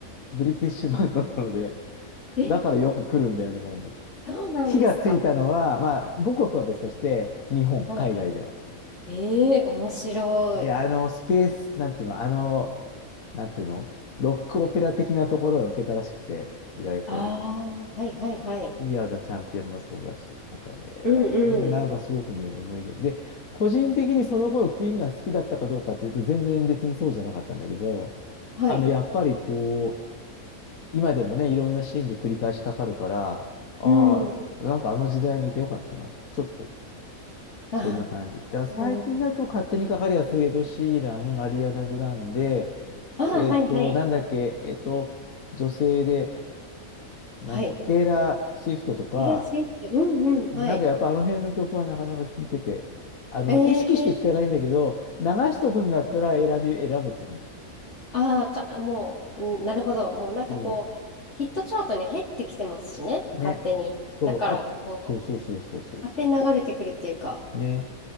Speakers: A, on the left; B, on the left.
A: ブリティッシュバンドなので、
B: え、
A: だからよく来るんだよ、日本に。
B: そうなんですか。
A: 火がついたのは、まあ、母国は別として、日本、
B: は
A: 海外では。
B: い。えー、面白い。
A: で、あの、スペース、なんていうの、あの、なんていうの、ロックオペラ的なところが受けたらしくて、意外と。
B: ああ、はいはいはい。
A: イヤーザチャンピオンもそうだし、なんかね、
B: うんうん。
A: うんなんかすごくね、思い出。で、個人的にその頃クイーンが好きだったかどうかっていうと、全然別にそうじゃなかったんだけど、
B: はい。
A: あの、やっぱりこう、今でもね、いろんなシーンで繰り返しかかるから、ああ、
B: うん。
A: なんかあの時代にいてよかったな。ちょっと、
B: あ
A: そんな感じ。だから最近だと勝手にかかるやつ、
B: ー、うん、
A: エド・シーラン、アリアナ・グランデ、
B: あー、
A: えっと、
B: はいはい。
A: なんだっけ、えっと、女性で、なんと、
B: はい。
A: テイラー・スウィフトとか、
B: テイラー・スウィフト。うんうん、
A: なんかやっぱあの辺の曲はなかなか聴いてて、
B: はい。
A: あの、
B: え
A: 意識して聴かないんだけど、
B: ー、
A: 流しとくんだったら選び、選ぶって感じ。
B: ああ、か、もう、うんなるほど。もうなんかこう、
A: そ
B: ヒットチャートに入ってきてますしね、
A: う。
B: 勝手に。
A: ね。そう。
B: だから、
A: あ、
B: こう、
A: そうそうそうそうそうそ
B: 勝手に流れてくるっていうか。
A: う。ね。